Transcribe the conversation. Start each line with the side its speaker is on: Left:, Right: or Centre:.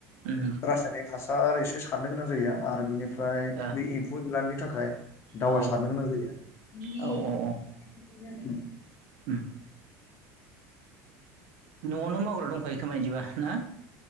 Right: उम
Left: रासायनिक हासार एसे सारनो गोनां जायो आरो बेनिफ्रा मफ्राय
Right: ओ
Left: बे एम्फौ एनलानि थाखाय दावबायसारनो
Right: औ
Left: गोनां जायो। ओम।
Right: औ औ उम न'आवनो मावग्रा दंखायो खोमाय इदिबा ना?